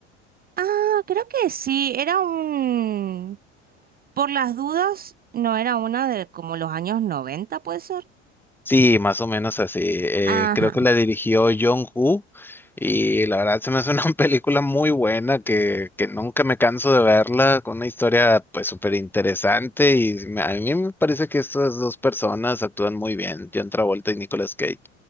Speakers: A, on the right (about 25°); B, in the centre.
A: Ah, creo que sí, era un... Por las dudas, no era una de como los años 90, ¿puede ser?
B: Sí, más o menos así. Eh,
A: Ajá.
B: creo que la dirigió John Woo y la verdad se me hace una <laughs> película muy buena que, que nunca me canso de verla, con una historia pues súper interesante y me- a mí me parece que estas dos personas actúan muy bien, John Travolta y Nicolas Cage.